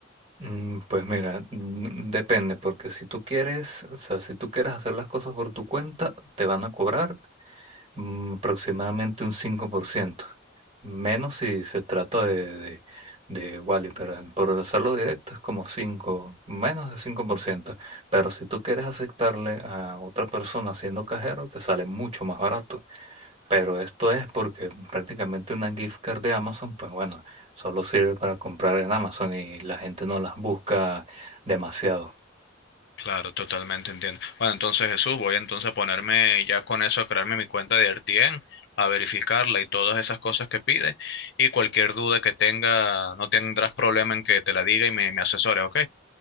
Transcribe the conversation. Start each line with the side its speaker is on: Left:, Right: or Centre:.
Right: Mm, Pues mira, mm, depende, porque si tú quieres, o sea, si tú quieres hacer las cosas por tu cuenta, te van a cobrar mm, aproximadamente un 5% menos si se trata de, de, de Wally, pero por hacerlo directo es como 5 menos de cinco por ciento pero si tú quieres aceptarle a otra persona siendo cajero, te sale mucho más barato. Pero esto es porque prácticamente una gift card de Amazon, pues bueno, solo sirve para comprar en Amazon y la gente no las busca demasiado.
Left: Claro, totalmente entiendo. Bueno, entonces Jesús, voy entonces a ponerme ya con eso, a crearme mi cuenta de RTN, a verificarla y todas esas cosas que pide. Y cualquier duda que tenga, no tendrás problema en que te la diga y me, me asesores, ¿ok?